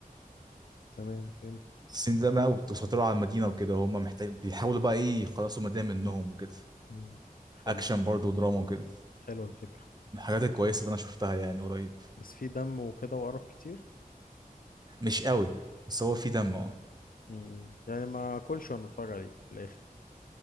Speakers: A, on the left (about 70°); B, on the right (about 25°).
A: تمام فهمت
B: مصاصين دماء وبيسيطروا على المدينه وكده هم محتاج بيحاولوا بقى ايه يخلصوا المدينه منهم وكده
A: مم. حلو
B: اكشن برضه ودراما وكده من
A: حلو الفكرة
B: الحاجات الكويسه اللي انا شفتها يعني قريب
A: بس في دم وكده وقرف كتير
B: مش قوي بس هو في دم اه
A: مم. يعني ما كلش وانا بتفرج عليه في الاخر